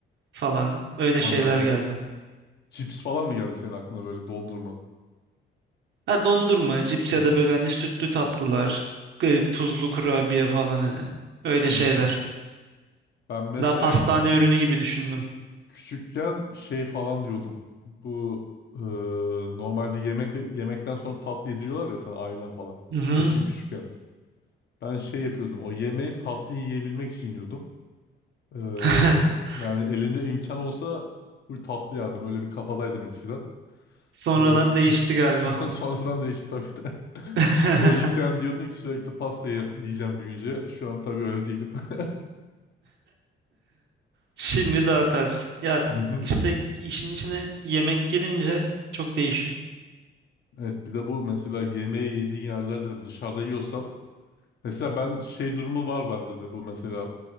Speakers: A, on the right; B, on the left.
A: falan öyle
B: anladım.
A: şeyler geldi.
B: Cips falan mı geldi senin aklına böyle dondurma?
A: Ha dondurma, cips ya
B: Hmm.
A: da böyle hani sütlü tatlılar, e, tuzlu kurabiye falan hani. Öyle
B: Hmm.
A: şeyler.
B: Ben mesela
A: Daha pastane ürünü gibi düşündüm.
B: Küçükken şey falan diyordum. Bu e, normalde yemek ve yemekten sonra tatlı yediriyorlar ya sana ailen falan.
A: Hı hı.
B: Yaşım küçükken. Ben şey yapıyordum. O yemeği tatlı yiyebilmek için yiyordum. E,
A: <laughs>
B: yani elimde imkan olsa bu tatlı yerdim. Öyle bir kafadaydım eskiden.
A: Sonradan
B: E,
A: değişti
B: <laughs> s-
A: galiba
B: sonra
A: ama.
B: sonradan değişti tabii de. <laughs>
A: <laughs>
B: Çocukken diyordun ki sürekli pasta ye- yiyeceğim büyüyünce. Şu an tabii öyle değilim. <laughs>
A: Şimdi daha ters. Ya
B: Hı hı.
A: işte işin içine yemek girince çok değişiyor.
B: Evet bir de bu mesela yemeği yediğin yerlerde de dışarıda yiyorsan Mesela ben şey durumu var bende de bu mesela